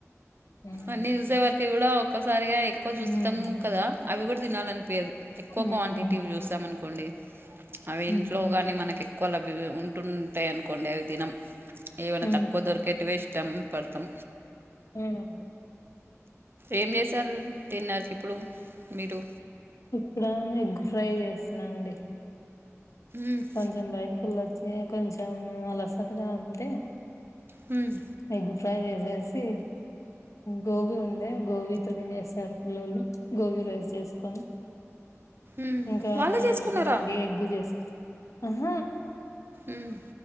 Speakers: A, on the left; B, on the right.
A: ఉమ్
B: అన్నీ చూసేవరకి కూడా ఒక్కసారిగా ఎక్కువ చూస్తాము
A: ఉమ్
B: కదా అవి కూడా తినాలనిపీయదు ఎక్కువ
A: ఉమ్
B: క్వాంటిటీవి చూస్ ద్దామనుకోండి అవి ఇంట్లో
A: ఉమ్
B: కానీ మనకి ఎక్కువ లబ్యా ఉంటుంటాయినుకో కొండేవి తినం ఏమైనా
A: ఉమ్
B: తక్కువ దొరికేటివే ఇష్టం పడతాం
A: <unintelligible>
B: ఏం చేశారు తిండానికి ఇప్పుడు మీరు
A: ఇప్పుడ ఎగ్ ఫ్రై చేసినా అండి
B: ఉహు
A: కొంచెం బయటకెళ్లొచ్చి కొంచెం అలసటగా ఉంటే
B: హ్మ్
A: ఎగ్ ఫ్రై చేసేసి గోబీ ఉండే గోబీతో తినేసారు పిల్లోళ్ళు గోబీరైస్ చేస్కొని
B: ఉమ్
A: ఇంకా
B: వాళ్ళే
A: మా
B: చేసుకున్నారా
A: ఆయనకి నాకు ఎగ్ చేస్ ఆహ
B: ఉమ్